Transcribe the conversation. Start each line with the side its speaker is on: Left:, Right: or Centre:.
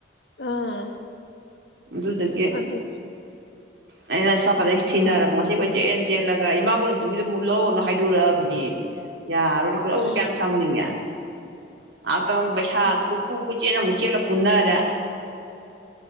Left: ꯑꯥ
Right: ꯃꯗꯨꯗꯒꯤ
Left: ꯑꯗꯨ
Right: ꯑꯩꯅ ꯁꯣꯅꯀꯟꯗ ꯊꯤꯅꯔꯕ ꯉꯁꯤ ꯀꯣꯏ ꯆꯦꯟ ꯆꯦꯜꯂꯒ ꯏꯃꯥ ꯕꯣꯛ ꯔꯟꯖꯨꯒꯤꯖꯨ ꯑꯃꯨꯛ ꯂꯧꯑꯣꯅꯨ ꯍꯥꯏꯗꯣꯔꯛꯑꯕꯅꯤ ꯌꯥꯔꯣꯏꯅꯦ ꯈꯣꯏꯗꯧꯖꯦ
Left: ꯑꯁ
Right: ꯀꯌꯥꯝ ꯁꯥꯎꯅꯤꯡꯉꯦ ꯑꯇꯪ ꯄꯩꯁꯥꯖꯨ ꯀꯣꯏꯄꯨ ꯀꯣꯏꯆꯦꯅ ꯑꯃꯨꯛ ꯆꯦꯜꯂ ꯄꯨꯟꯅꯔ